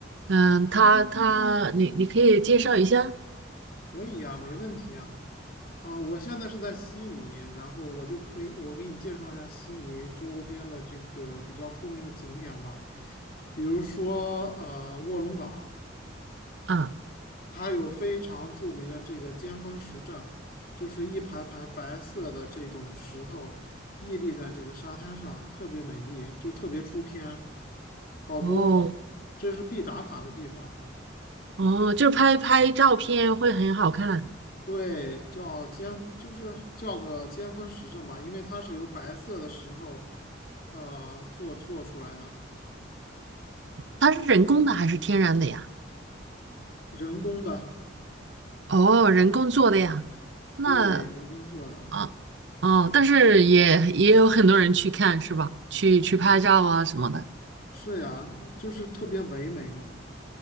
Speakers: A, on the right (about 65°); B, on the left (about 45°).
A: 嗯，他他你你可以介绍一下
B: 可以呀，没问题呀。啊，我现在是在悉尼，然后我就可以，我给你介绍一下悉尼周边的这个比较出名的景点吧，比如说呃卧龙岗，
A: 啊？
B: 它有非常著名的这个尖峰石阵，就是一排排白色的这种石头屹立在这个沙滩上，特别美丽，就是特别出片。好多
A: 哦
B: 这是必打卡的地方。
A: 哦，就是拍拍照片会很好看，
B: 对，叫尖，就是叫个尖峰石阵吧，因为它是由白色的石头，呃，做做出来的，
A: 它是人工的还是天然的呀？
B: 人工的，
A: 哦，人工做的呀？那
B: 对，人工做的，
A: 啊哦，但是也也有很多人去看是吧？去去拍照啊什么的。
B: 是呀，嗯就是特别唯美嘛。